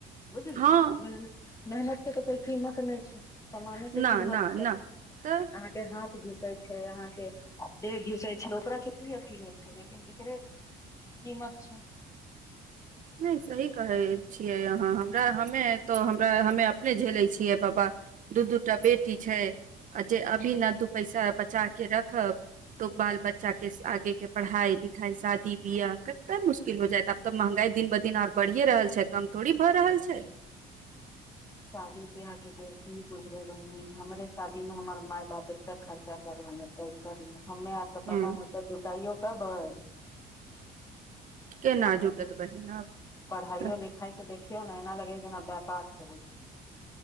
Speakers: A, on the left; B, on the right.
A: बुझलि
B: हँ
A: मेन मेहनत के त कोइ कीमत नय छै समा
B: न
A: <unintelligible> अहाँ के
B: न न तऽ
A: के हाथ घीसे छै अहाँ के देह घीसे छै ओकरा से की अथी होइ छै लेकिन एकरे कीमत छै
B: नय सही कहै छियै अहाँ हमरा हमे त हमरा हमे अपने झेलै छियै बाबा दू दू टा बेटी छै आ जे अभी ने दू पैसा बचा के रखब तो बाल बच्चा के आगे के पढ़ाई लिखाई शादी बियाह कते मुश्किल हो जायत आब त महँंगाई दिन ब दिन आर बढ़िेये रहल छै कम थोड़ी भए रहल छै
A: शादी बियाह के की बुझबे बहिनी हमरे शादी में हमर माय बाप एतक खर्चा कए क हमर हमे आर के
B: ह
A: पता नय ऐते जुटाइयो पेबे
B: केना
A: आजकल
B: जुटत
A: त
B: बहिन आब
A: पढ़ाइो
B: तऽ
A: लिखाइ के देखियौ ने एना लगे जेना व्यापार चलैत छै